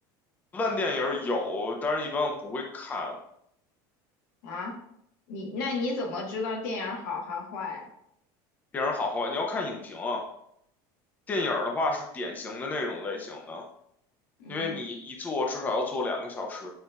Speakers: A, on the left; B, on the left.
A: 烂电影儿有，但是一般我不会看。
B: 啊，你那你怎么知道电影儿好还坏啊？
A: 电影儿好坏，你要看影评啊。电影儿的话是典型的那种类型的，
B: 嗯
A: 因为你一坐至少要坐两个小时。